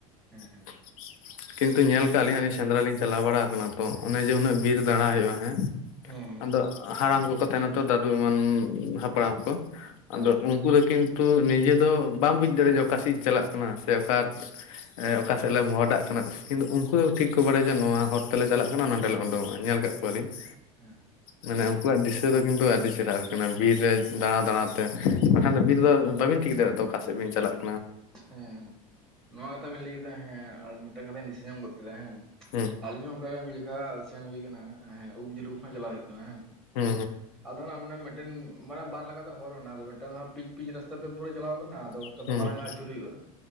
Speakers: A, in the centre; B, on the left (about 70°).
A: ᱦᱮᱸ ᱦᱮᱸ
B: ᱾ ᱠᱤᱱᱛᱩ ᱧᱮᱞ ᱠᱟᱜᱼᱟᱞᱤᱧ ᱟᱹᱞᱤᱧ ᱥᱮᱸᱫᱽᱨᱟ ᱞᱤᱧ ᱪᱟᱞᱟᱣ ᱵᱟᱲᱟ ᱠᱟᱱᱟ ᱛᱚ ᱚᱱᱮ ᱡᱮ ᱩᱱᱟᱹᱜ ᱵᱤᱨ ᱫᱟᱬᱟ ᱦᱩᱭᱩᱜᱼᱟ ᱦᱮᱸᱼᱼ
A: ᱦᱮᱸ ᱦᱮᱸ
B: ᱟᱫᱚ ᱦᱟᱲᱟᱢ ᱠᱚᱠᱚ ᱛᱟᱸᱦᱮᱱᱟ ᱛᱚ, ᱫᱟᱫᱩ ᱮᱢᱟᱱ ᱦᱟᱯᱲᱟᱢ ᱠᱚ ᱾
A: ᱦᱮᱸ
B: ᱟᱫᱚ ᱩᱱᱠᱩ ᱫᱚ ᱠᱤᱱᱛᱩ ᱱᱤᱡᱮ ᱫᱚ ᱵᱟᱢ ᱵᱩᱡᱽ ᱫᱟᱲᱮᱭᱟᱜᱼᱟ, ᱚᱠᱟ ᱥᱮᱫ ᱪᱟᱞᱟᱜ ᱠᱟᱱᱟ ᱥᱮ ᱚᱠᱟᱼᱼ ᱮ ᱚᱠᱟ ᱥᱮᱫ ᱞᱮ ᱢᱚᱦᱰᱟᱜ ᱠᱟᱱᱟ, ᱠᱤᱱᱛᱩ ᱩᱱᱠᱩ ᱫᱚ ᱴᱷᱤᱠ ᱠᱚ ᱵᱟᱲᱟᱭᱟ ᱡᱮ ᱱᱚᱣᱟ ᱦᱚᱨ ᱛᱮᱞᱮ ᱪᱟᱞᱟᱜ ᱠᱟᱱᱟ ᱱᱚᱸᱰᱮᱞᱮ ᱩᱰᱩᱠᱚᱜᱼᱟ, ᱧᱮᱞ ᱠᱟᱜ ᱠᱚᱣᱟ ᱾ ᱠᱚᱣᱟᱞᱤᱧ ᱾
A: ᱦᱮᱸᱦᱮᱸ <inaudible>
B: ᱢᱟᱱᱮ ᱩᱱᱠᱩᱣᱟᱜ ᱫᱤᱥᱟᱹ ᱫᱚ ᱠᱤᱱᱛᱩ ᱟᱹᱰᱤ ᱪᱮᱦᱨᱟ, ᱵᱤᱨ ᱨᱮ ᱫᱟᱬᱟ ᱫᱟᱬᱟ ᱛᱮ ᱾ ᱵᱟᱠᱷᱟᱱ ᱫᱚ ᱵᱤᱨ ᱫᱚ ᱵᱟᱹᱵᱤᱱ ᱴᱷᱤᱠᱟᱹ ᱫᱟᱲᱮᱭᱟᱜ ᱛᱚ ᱚᱠᱟ ᱥᱮᱫ ᱵᱤᱱ ᱪᱟᱞᱟᱜ ᱠᱟᱱᱟ ᱾
A: ᱦᱮᱸ, ᱱᱚᱣᱟ ᱠᱟᱛᱷᱟ ᱵᱤᱱ ᱞᱟᱹᱭ ᱠᱮᱫᱟ, ᱦᱮᱸ ᱟᱨ ᱢᱤᱫᱴᱟᱝ ᱠᱟᱛᱷᱟᱧ ᱫᱤᱥᱟᱹ ᱧᱟᱢ ᱜᱚᱫ ᱠᱮᱫᱟ ᱦᱮᱸ ᱾
B: ᱦᱮᱸ ᱾
A: ᱟᱹᱞᱤᱧ ᱦᱚᱸ ᱚᱱᱠᱟᱜᱮ ᱢᱤᱫ ᱡᱮᱠᱷᱟ ᱥᱮᱱ ᱦᱩᱭ ᱠᱟᱱᱟ, ᱮᱸ ᱩᱵ ᱡᱩᱞᱩᱯ ᱦᱟᱸᱜ ᱪᱟᱞᱟᱣ ᱦᱩᱭᱩᱜ ᱠᱟᱱᱟ ᱦᱮᱸ
B: ᱦᱩᱸ
A: ᱾ ᱟᱫᱚ ᱱᱟᱜ ᱢᱮᱜ ᱢᱤᱫᱴᱮᱱ ᱢᱟᱱᱮ ᱵᱟᱨ ᱞᱮᱠᱟᱛᱮ ᱦᱚᱨ ᱢᱮᱱᱟᱜᱼᱟ, ᱢᱤᱫᱴᱟᱹᱝ ᱯᱤᱪ ᱯᱤᱪ ᱨᱟᱥᱛᱟ ᱛᱮ ᱯᱩᱨᱟᱹ ᱪᱟᱞᱟᱣ ᱟᱠᱟᱱᱟᱼᱼ ᱟᱫᱚ ᱚᱱᱠᱟ
B: ᱦᱩᱸ
A: ᱫᱚ ᱢᱟᱨᱟᱝ ᱧᱚᱜ ᱟᱹᱪᱩᱨ ᱦᱩᱭᱩᱜᱼᱟ ᱾